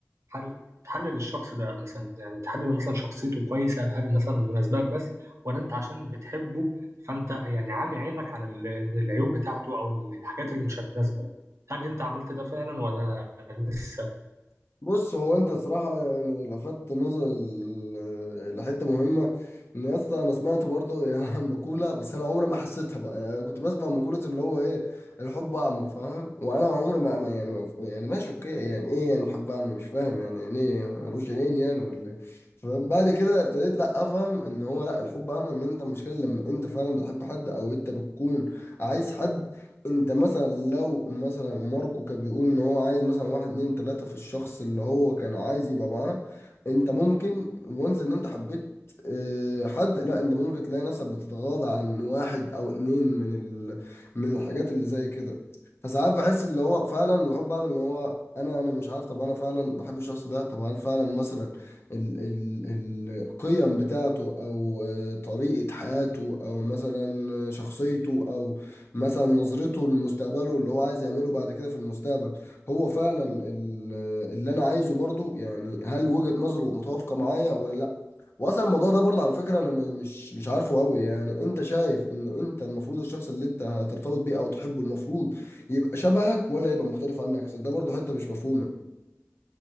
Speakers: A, on the right (about 65°); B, on the left (about 50°).
A: حل تحلل الشخص ده مثلا يعني تحلل مثلا شخصيته كويسة هل مثلا مناسبات بس ولا انت عشان بتحبه فانت يعني عامي عينك عن ال- العيوب بتاعته او الحاجات اللي مش هتناسبك هل انت عملت ده فعلا ولا لسه
B: بص هو انت صراحة يعني لفت نظر ال- لحتة مهمة ان يا اسطى انا سمعت برضه يعني <laughs> مقولة بس انا عمري ما حسيتها بقى يعني كنت بسمع مقولة اللي هو ايه الحب اعمى فاهم وانا عمري ما ما- يعني ما يعني ماشي اوكي يعني ايه يعني الحب اعمى مش فاهم يعني يعني ايه ملوش عينين يعني ولا إيه؟ فاهم بعد كده ابتديت لا افهم ان هو لا الحب اعمى ان انت المشكلة لما انت فعلا بتحب حد او انت بتكون عايز حد انت مثلا لو مثلا ماركو كان بيقول ان هو عايز مثلا واحد اتنين تلاتة في الشخص اللي هو كان عايز يبقى معاه انت ممكن وانس ان انت حبيت اه، حد لا انت ممكن تلاقي نفسك بتتغاضى عن واحد او اتنين من ال... من الحاجات اللي زي كده فساعات بحس اللي هو فعلا الحب بعمل اللي هو انا انا مش عارف طب انا فعلا بحب الشخص ده طب هل فعلا مثلا ال... ال... القيم بتاعته او اه، طريقة حياته او مثلا شخصيته او مثلا نظرته لمستقبله اللي هو عايز يعمله بعد كده في المستقبل هو فعلا ال- اللي انا عايزه برضو يعني هل وجهة نظره متوافقة معايا ولا لا واصلا الموضوع ده برضو على فكرة انا م- مش مش عارفه قوي يعني انت شايف ان انت المفروض الشخص اللي انت هترتبط بيه او تحبه المفروض يبقى شبهك ولا يبقى مختلف عنك عشان ده برضو حتة مش مفهومة